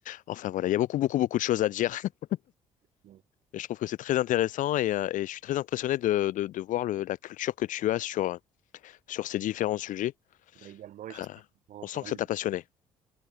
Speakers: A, on the left; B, on the right.
A: Enfin voilà, il y a beaucoup, beaucoup, beaucoup de choses à dire. <laughs>
B: Bon,
A: Et Je trouve que c'est très intéressant et, euh, et je suis très impressionné de, de, de voir le- la culture que tu as sur, sur ces différents sujets.
B: bah également, et j'espère
A: Euh,
B: qu'on pourra en
A: on
B: parler.
A: sent que ça t'a passionné.